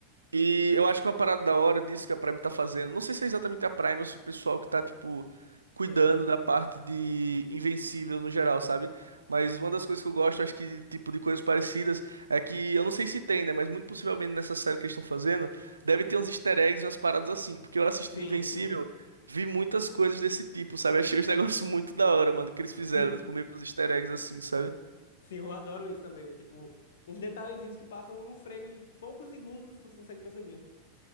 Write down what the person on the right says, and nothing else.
E eu acho que uma parada da hora disso que a Prime tá fazendo, não sei se é exatamente a Prime ou se o pessoal que tá, tipo, cuidando
da parte de Invencível no geral, sabe? Mas uma das coisas que eu gosto, acho que, tipo, de coisas parecidas, é que, eu não sei se tem, né? Mas muito possivelmente nessa série que eles estão fazendo, deve ter uns easter eggs e umas paradas assim, porque eu assistindo
Invencível,
vi muitas coisas desse tipo, sabe? Achei os <laughs> negócios muito da hora, mano, que eles fizeram,
tipo, meio que uns easter eggs assim, sabe?